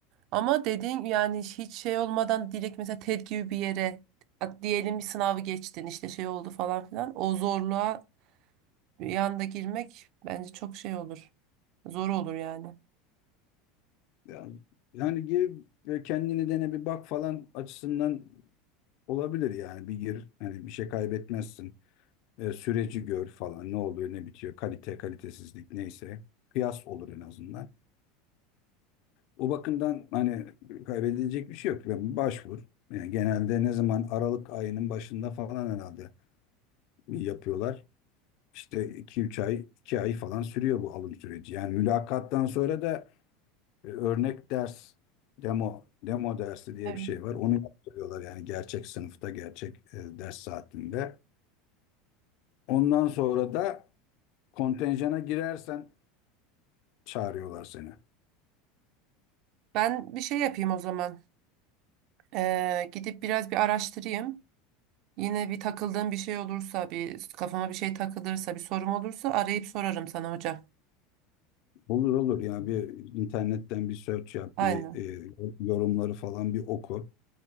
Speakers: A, on the right; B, on the left.
A: Ama dediğin yani hiç şey olmadan direkt mesela TED gibi bir yere a- diyelim bir sınavı geçtin işte şey oldu falan filan. O zorluğa bir anda girmek bence çok şey olur. Zor olur yani.
B: yani, yani gir ve kendini dene bir bak falan açısından olabilir yani bir gir hani bir şey kaybetmezsin. E, süreci gör falan ne oluyor ne bitiyor kalite kalitesizlik neyse kıyas olur en azından. O bakımdan hani kaybedilecek bir şey yok. Yani başvur. Yani genelde ne zaman Aralık ayının başında falan herhalde yapıyorlar. İşte iki üç ay, iki ay falan sürüyor bu alım süreci. Yani mülakattan sonra da e, örnek ders demo demo dersi diye
A: Evet.
B: bir şey var. Onu yaptırıyorlar yani gerçek sınıfta gerçek e, ders saatinde. Ondan sonra da kontenjana girersen çağırıyorlar seni.
A: Ben bir şey yapayım o zaman. Ee, gidip biraz bir araştırayım. Yine bir takıldığım bir şey olursa, bir kafama bir şey takılırsa, bir sorum olursa arayıp sorarım sana hocam.
B: Olur olur yani bir internetten bir search yap,
A: Aynen.
B: bir e, yorumları falan bir oku.